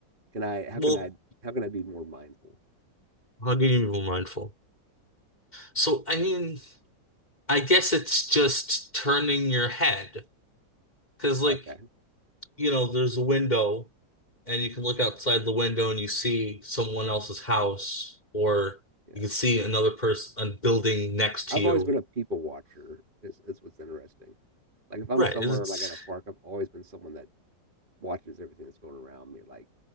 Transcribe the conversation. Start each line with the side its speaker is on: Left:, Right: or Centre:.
Right: Can I? How
Left: Well,
Right: can I? How can I be more mindful?
Left: how can you be mindful? So I mean, I guess it's just turning your head because like
Right: Okay.
Left: you know, there's a window and you can look outside the window and you see someone else's house or
Right: Yeah.
Left: you can see another person, a building next to
Right: I've
Left: you.
Right: always been a people watcher. Is is what's interesting. Like if I'm
Left: Right.
Right: somewhere
Left: It's,
Right: like at a park, I've always been someone that watches everything that's going around me. Like